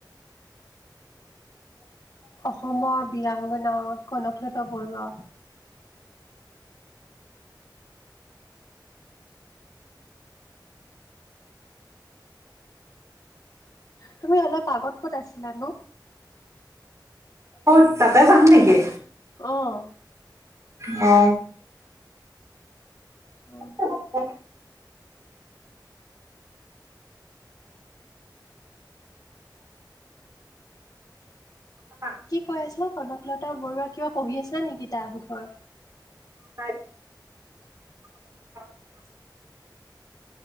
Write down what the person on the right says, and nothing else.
অ তাতে যাম নেকি?
অ <inaudible>
অ
<unintelligible>